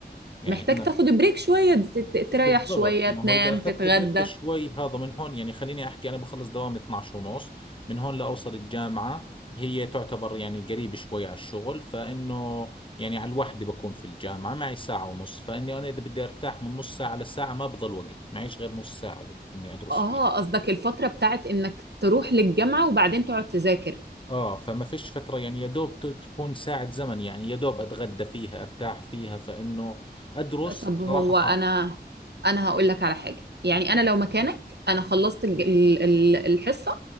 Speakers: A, on the left; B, on the right.
A: يعني
B: محتاج
A: أنا
B: تاخد بريك شوية تت- تريح
A: بالضبط
B: شوية
A: ما
B: تنام
A: هو اذا اخذت
B: تتغدى
A: البريك شوي هذا من هون يعني خليني احكي انا بخلص دوامي 12 ونص من هون لاوصل الجامعه هي تعتبر يعني قريب شوي على الشغل فانه يعني على الوحده بكون في الجامعه معي ساعه ونص فاني انا اذا بدي ارتاح من نص ساعه لساعه ما بضل وقت معيش غير نص ساعه ب- اني ادرس
B: اه
A: فيه
B: قصدك الفترة بتاعت انك تروح للجامعة وبعدين تقعد تذاكر
A: اه فما فيش فتره يعني يا دوب ت- تكون ساعه زمن يعني يا دوب اتغدى فيها ارتاح فيها فانه ادرس
B: طب
A: بصراحه
B: هو
A: صعب
B: انا انا هقول لك على حاجه يعني انا لو مكانك انا خلصت الج- ال- ال- الحصه